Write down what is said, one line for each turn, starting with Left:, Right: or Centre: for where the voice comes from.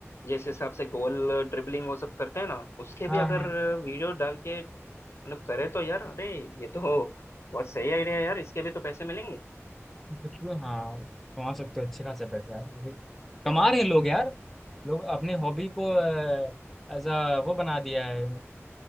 Left: जिस हिसाब से गोल ड्रिबलिंग वो सब करते हैं ना उसके भी
Centre: हाँ
Left: अगर
Centre: हाँ
Left: वीडियो डाल के मतलब करे तो यार अरे ये तो बहुत सही आइडिया है यार इसके भी तो पैसे मिलेंगे
Centre: तो क्यों हाँ कमा सकते हो अच्छे खासे पैसे यार वो भी कमा रहे हैं लोग यार लोग अपने हॉबी को एज अ वो बना दिया है